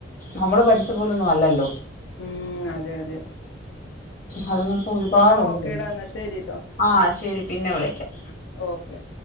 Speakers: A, on the left; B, on the left.
A: നമ്മള് പഠിച്ച പോലൊന്നും അല്ലല്ലോ
B: ഉം അതെ അതെ
A: അതന്നക്ക ഒരുപാടുണ്ട്
B: എന്നാ ഓക്കേടാ
A: പണി
B: എന്നാ ശരിട്ടോ
A: ആഹ് ശരി പിന്നെ വിളിക്കാം.
B: ഓക്കേ